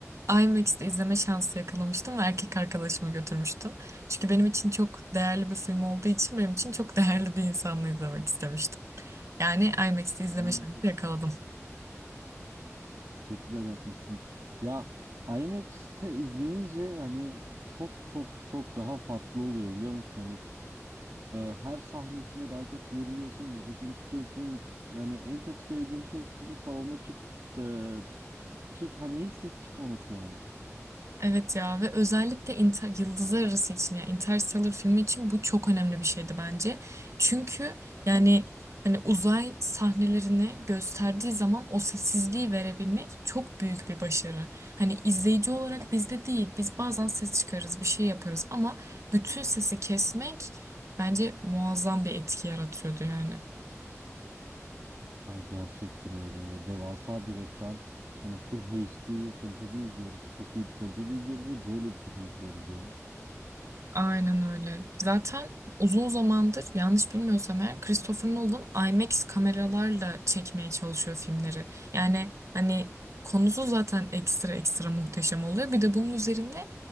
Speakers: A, on the right (about 65°); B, on the right (about 85°).
A: IMAX'te izleme şansı yakalamıştım ve erkek arkadaşımı götürmüştüm. Çünkü benim için çok değerli bir film olduğu için benim için çok değerli bir insanla izlemek istemiştim. Yani IMAX'te izleme
B: Aa,
A: şansı
B: çok,
A: yakaladım.
B: çok güzel yapmışsın. Ya IMAX'te izleyince yani çok çok çok daha farklı oluyor biliyor musun? Hani e, her sahnesinde daha çok geriliyorsun, nefesini tutuyorsun. Yani en çok sevdiğim şey de salonda çık e, çık hani hiç ses çıkmaması yani.
A: Evet ya ve özellikle inter, yıldızlar arası için ya Interstellar filmi için bu çok önemli bir şeydi bence. Çünkü yani hani uzay sahnelerini gösterdiği zaman o sessizliği verebilmek çok büyük bir başarı. Hani izleyici olarak bizde değil biz bazen ses çıkarırız bir şey yaparız ama bütün sesi kesmek bence muazzam bir etki yaratıyordu yani.
B: Ha, gerçekten öyle ve devasa bir ekran. Hani full HD kalitede izliyoruz. Çok iyi bir kalitede izliyoruz ve böyle bir film izliyoruz ya.
A: Aynen öyle. Zaten uzun zamandır yanlış bilmiyorsam eğer Christopher Nolan IMAX kameralarla çekmeye çalışıyor filmleri. Yani hani konusu zaten ekstra ekstra muhteşem oluyor. Bir de bunun üzerine